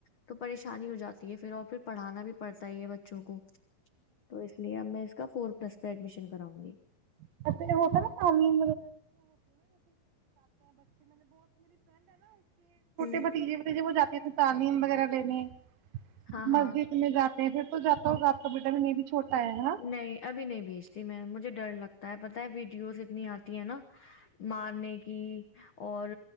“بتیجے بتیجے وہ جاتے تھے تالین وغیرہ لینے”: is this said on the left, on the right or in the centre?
Right